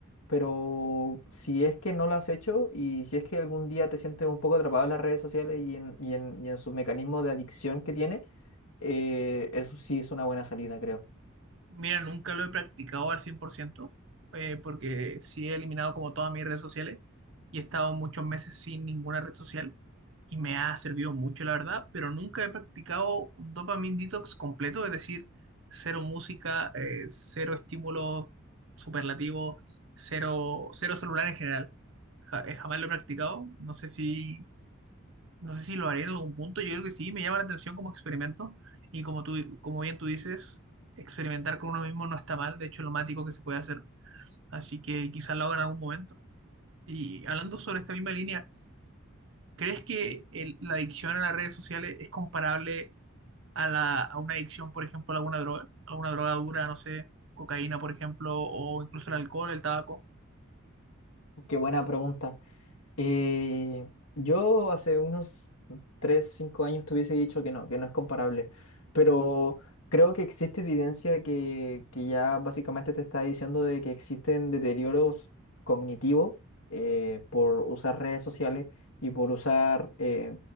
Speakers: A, on the left (about 80°); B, on the right (about 60°).
A: pero si es que no lo has hecho y si es que algún día te sientes un poco atrapado en las redes sociales y en, y en, y en sus mecanismos de adicción que tiene, eh, eso sí es una buena salida, creo.
B: Mira, nunca lo he practicado al 100%, eh, porque sí he eliminado como todas mis redes sociales y he estado muchos meses sin ninguna red social y me ha servido mucho, la verdad, pero nunca he practicado un dopamine detox completo, es decir, cero música, eh, cero estímulos superlativos, cero, cero celular en general. Ja- eh, jamás lo he practicado, no sé si no sé si lo haré en algún punto, yo creo que sí, me llama la atención como experimento y como tú, como bien tú dices, experimentar con uno mismo no está mal, de hecho es lo más ético que se puede hacer, así que quizás lo haga en algún momento. Y hablando sobre esta misma línea, ¿crees que el- la adicción a las redes sociales es comparable a, la, a una adicción, por ejemplo, a alguna droga? ¿Alguna droga dura, no sé, cocaína, por ejemplo, o incluso el alcohol, el tabaco?
A: Qué buena pregunta. Eh, yo hace unos 3 5 años te hubiese dicho que no, que no es comparable, pero creo que existe evidencia que, que ya básicamente te está diciendo de que existen deterioros cognitivos eh, por usar redes sociales y por usar eh,